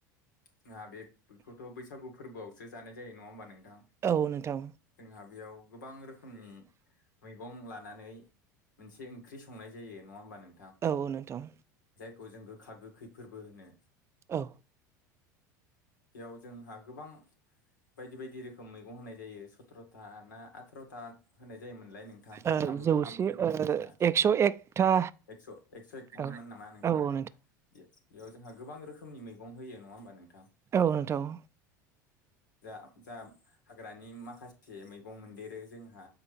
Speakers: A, on the left; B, on the right.
A: जोंहा बे बेखौथ' बैसागु फोरबोआवसो जानाय जायो। नङा ह होनोमबा? नों थां।
B: औ नोंथां
A: जोंहा बेयाव गोबां रोखोमनि मै गं लानानै मोनसे ओंख्रि संनाय जायो। नङा होमबा? नों
B: औ नोंथां।
A: खौ जों गोखा-गोखै फोरबो होनो।
B: औ।
A: बेयाव जोंहा गोबां बायदि-बायदि रोखोम मैगं होनाय जायो। सथ्र था ना आथ'र'था होनाय जायोमोनलाय नोंथां?
B: ओ
A: आंबो
B: जौसे
A: बेखौ मोजाङै
B: ओ
A: मिथिया।
B: एक्स' एकथा
A: एक्स' एक्स' एकथानोन
B: औ
A: नामा? नोंथां
B: औ
A: बेयाव जोंहा गोबां रोखोमनि मैगं होयो। नङा होमबा? नोंथां।
B: औ नोंथां।
A: जा-जा हाग्रानि माखासे मैगं मोनदेरो जोंहा